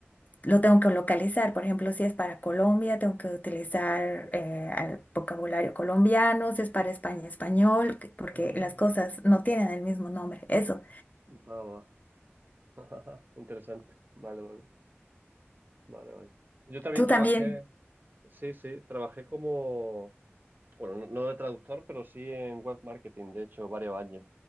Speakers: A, on the left; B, on the right.
A: Lo tengo que localizar, por ejemplo, si es para Colombia, tengo que utilizar eh, al vocabulario colombiano, si es para España, español, que- porque
B: Ah,
A: las cosas no tienen el mismo nombre. Eso,
B: va, va. <laughs> Interesante. Vale, vale, vale, vale. Yo también
A: tú
B: trabajé,
A: también,
B: sí, sí, trabajé como, bueno, no no de traductor, pero sí en web marketing, de hecho, varios años.